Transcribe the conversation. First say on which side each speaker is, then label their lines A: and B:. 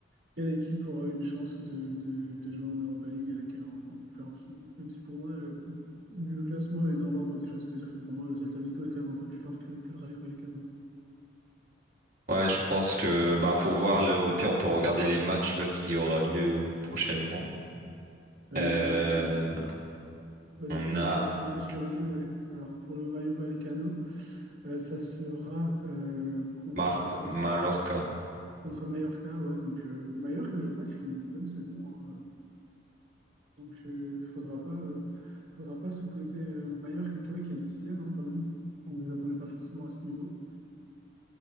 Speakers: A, on the right; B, on the right.
A: Quelle équipe aura une chance de, de- de jouer en Europa League et laquelle en, en Conference League? Même si pour moi, euh, le classement est dans l'ordre des choses, c'est-à-dire que pour moi, le Celta Vigo est quand même un peu plus fort que, que le Rayo Vallecano.
B: Ouais, je pense que bah faut voir le, au pire on peut regarder les matchs là, qui aura lieu prochainement.
A: Euh,
B: Euh,
A: tout à fait. Bah, du
B: on
A: coup, les,
B: a
A: les- les matchs
B: du
A: qui auront
B: coup
A: lieu, ouais. Alors pour le Rayo Vallecano, euh, ça sera euh, contre,
B: Marc
A: contre,
B: Mallorca.
A: contre Mallorca, ouais. Donc euh, Mallorca, je crois qu'il fait une bonne saison. hein. Donc euh, faudra pas, euh, faudra pas sous-coter euh, Mallorca, qui, ouais, qui est dixième hein, quand même. On ne les attendait pas forcément à ce niveau.